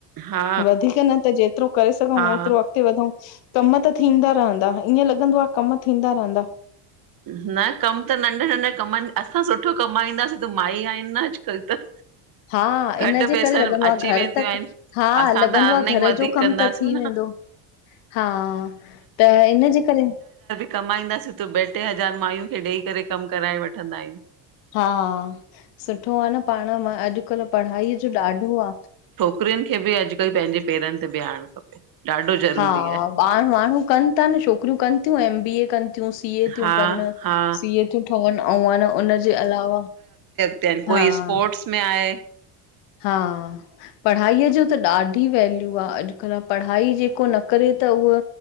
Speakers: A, on the right; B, on the left.
A: हा
B: वधीक न त जेतिरो करे सघूऊं
A: हा।
B: ओतिरो ॻते वधऊं, कमु त थींदा रहंदा ईअं लॻंदो आ, कमु थींदा रहंदा।
A: न कमु त नंढा नंढा कमनि, असां सुठो कमाईंदासं त माई आहिन न अॼुकल त।
B: हा
A: घटि
B: इन जे
A: पैसनि
B: करे लॻंदो
A: अची
B: आ, घरु
A: वेंदियूं
B: तक
A: आहिनि
B: हा
A: असां
B: लॻंदो
A: त अर्निंग
B: आ, घरु
A: वधीक
B: जो कमु
A: कंदासीं
B: त थी
A: न
B: वेंदो हा, त इन जे करे
A: कमाईंदासी त ॿ टे हज़ार, माइयूं खे ॾेई करे कमु कराए वठंदा आहियूं।
B: हा सुठो आ न, पाणु मा अॼुकल्ह पढ़ाईअ जो ॾाढो आ।
A: छोकिरियिन खे बि अॼुकल्ह, पंहिंजे पेरनि ते बिहारणु खपे। ॾाढो ज़रूरी
B: हा
A: आहे
B: ॿाएर माणु कनि तां न, शोकिरियूं कनि तियूं एम बीए कनि तियूं, सीए
A: हा
B: तियूं कनि,
A: हा
B: सीए थियूं ठहनि ऐं उन जे अलावा
A: तंहिं कोई
B: हा
A: स्पोर्ट्स में आहे।
B: हा। पढ़ाईअ जो त ॾाढी वैल्यू आ अॼुकल पढ़ाई जेको न करे त उह